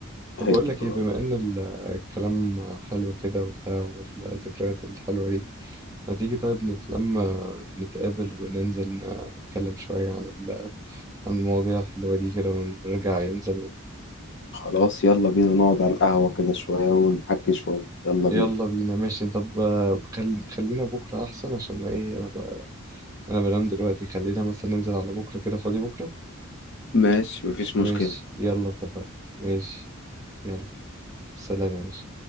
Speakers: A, on the right; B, on the left.
A: طب
B: ايوه
A: بقول لك ايه بما ان ال- الكلام حلو كده وبتاع والذكريات الحلوة دي ما تيجي طيب نتلم نتقابل وننزل ن- نتكلم شوية عن ال- عن المواضيع الحلوة دي كده ونرجع أيام زمان
B: خلاص يلا بينا نقعد على القهوة كده شوية ونحكي شوية يلا
A: يلا
B: بينا
A: بينا ماشي طب آه، خل... خلينا بكرة أحسن عشان ايه أنا بقى أنا بنام دلوقتي خلينا مثلا ننزل على بكرة كده فاضي بكرة
B: ماشي مفيش مشكلة
A: ماشي يلا اتفقنا ماشي يلا سلام يا باشا